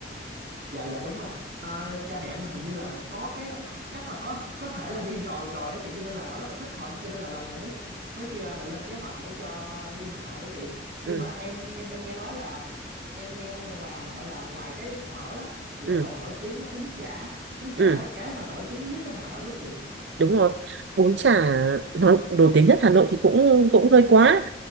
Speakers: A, on the right; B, on the right.
A: dạ dạ đúng rồi à, cha mẹ em hình như là có cái ấn chắc là có có thể là đi rồi rồi á chị cho nên là họ rất là thích họ cho nên là lần này mới mới kêu em là lên kế hoạch để cho đi Hà Nội á chị nhưng
B: ừ,
A: mà em em em nghe nói là em nghe nói nha ngoài Hà Nội là ngoài cái phở á, thì nó
B: ừ,
A: còn nổi tiếng á, bún chả bún chả
B: ừ,
A: là cái mà nổi tiếng nhất ở Hà Nội đúng không chị
B: đúng rồi bún chả nói nổi tiếng nhất Hà Nội thì cũng cũng hơi quá